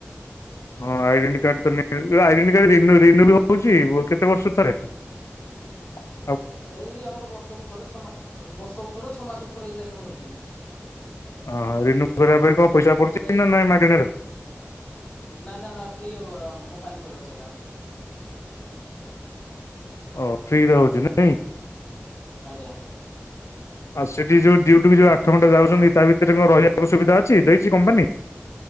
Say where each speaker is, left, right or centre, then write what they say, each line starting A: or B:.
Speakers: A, on the left; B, on the left.
A: ହଁ ଆଇଡିଣ୍ଟି କାର୍ଡ଼ ତ ନି ଆଇଡେଣ୍ଟି କାର୍ଡ ରିନୁ ରିନୁ ବି ହୋଉଛି ବ କେତେ ବର୍ଷରେ ଥରେ? ହ
B: ଏଇ ଆମର ବର୍ଷକୁ ଥରେ ଛଅ ମା ଛ ବର୍ଷକୁ ଥରେ ଛଅ ମାସକୁ ଥରେ ରୁନ ହେଉଚନ୍ତି।
A: ଓହଁ ରିନୁ କରିବା ପାଇଁ କଣ ପଇସା ପଡୁଚି
B: ମେଡି
A: ନା ନାଇଁ ମାଗଣାରେ?
B: ନା ନା ଏଟା ଫ୍ରି ହବ ହେରା ଆମ କମ୍ପାନୀ କରିବ ସେଟା ଆମକୁ।
A: ଓ ଫ୍ରିରେ ହୋଉଚି ନାଇଁ।
B: ଆଜ୍ଞା।
A: ଆଉ ସେଠି ଯୋଉ ଡୁଟି ବି ଯଉ ଆ ଘଣ୍ା ଯାଉଛନ୍ତି
B: ଆମର
A: ତା ଭିତରେ କଣ ରହିବିବା ସବୁ ସୁବିଧା ଅଛି ଦେଇଛି କମ୍ପାନୀ